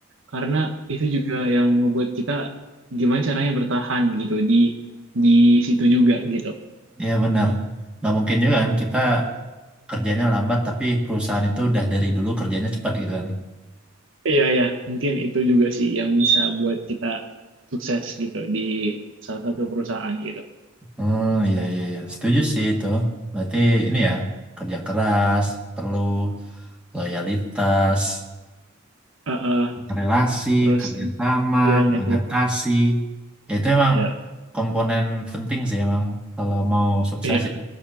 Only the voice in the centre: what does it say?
Iya benar. Nggak mungkin juga kan kita kerjanya lambat tapi perusahaan itu udah dari dulu kerjanya cepat gitu kan.
Oh iya iya iya. Setuju sih itu. Berarti ini ya kerja keras perlu loyalitas
relasi,
kerjasama,
adaptasi. Ya itu emang
komponen penting sih emang kalau mau sukses
ya.